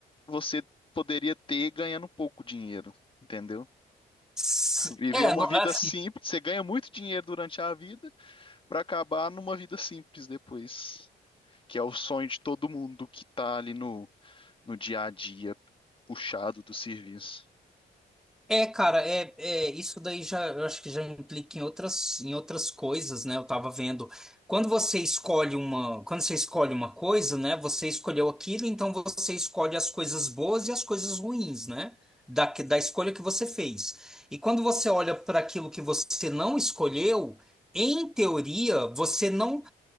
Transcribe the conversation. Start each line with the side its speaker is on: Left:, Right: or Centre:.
Left: você poderia ter ganhando pouco dinheiro, entendeu?
Centre: S-
Left: Viver
Centre: É,
Left: uma
Centre: não,
Left: vida
Centre: é assim.
Left: simples, você ganha muito dinheiro durante a vida para acabar numa vida simples depois, que é o sonho de todo mundo que tá ali no, no dia a dia puxado do serviço.
Centre: É, cara, é, é isso daí já eu acho que já implica em outras em outras coisas, né? Eu tava vendo quando você escolhe uma quando você escolhe uma coisa, né? Você escolheu aquilo, então você escolhe as coisas boas e as coisas ruins, né? Da que- da escolha que você fez. E quando você olha para aquilo que você não escolheu, em teoria, você não